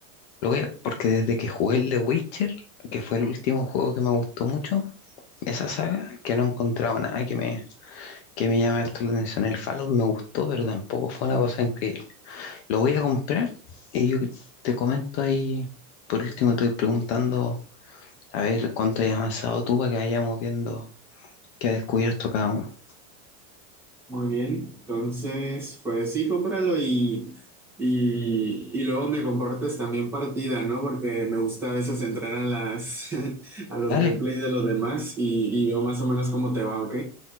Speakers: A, on the left (about 45°); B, in the centre.
A: Lo voy a- porque desde que jugué el The Witcher, que fue el último juego que me gustó mucho, esa saga, que no he encontrado nada que me, que me llame harto la atención. El Fallout me gustó, pero tampoco fue una cosa increíble. Lo voy a comprar y yo te comento ahí. Por último, estoy preguntando a ver cuánto hayas avanzado tú para que vayamos viendo qué ha descubierto cada uno.
B: Muy bien, entonces, pues sí, cómpralo y, y, y luego me compartes también partida, ¿no? Porque me gusta a veces entrar a las <laughs> a los
A: Dale,
B: gameplays de los demás y, y veo más o menos cómo te va, ¿ok?